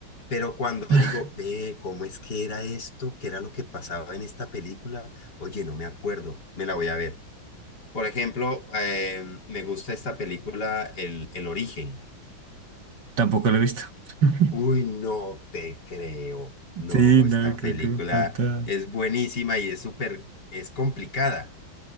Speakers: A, on the left; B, on the right.
A: Pero cuando
B: <laughs>
A: digo, ve, ¿cómo es que era esto? ¿Qué era lo que pasaba en esta película? Oye, no me acuerdo, me la voy a ver. Por ejemplo, em, me gusta esta película, El, El Origen.
B: Tampoco lo he visto. <laughs>
A: Uy, no te creo. No,
B: Sí, no,
A: esta
B: creo
A: película
B: que me falta.
A: es buenísima y es súper, es complicada.